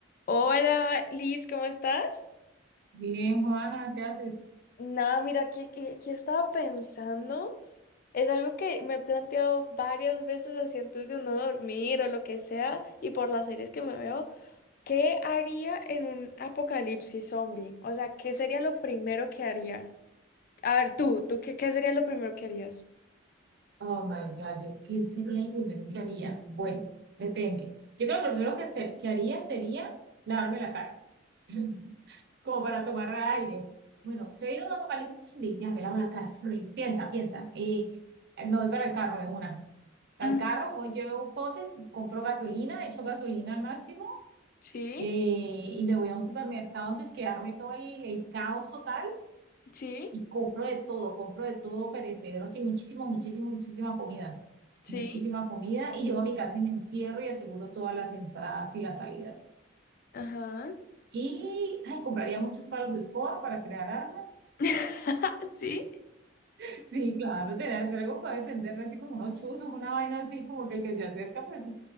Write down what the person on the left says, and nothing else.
Hola, Liz, ¿cómo estás?
Nada, mira, que estaba pensando? Es algo que me he planteado varias veces así antes de uno dormir o lo que sea, y por las series que me veo, ¿qué haría en un apocalipsis zombie? O sea, ¿qué sería lo primero que haría? A ver, tú, ¿tú qué, qué sería lo primero que harías?
Mm,
Sí,
sí,
sí,
ajá.
<laughs> Sí,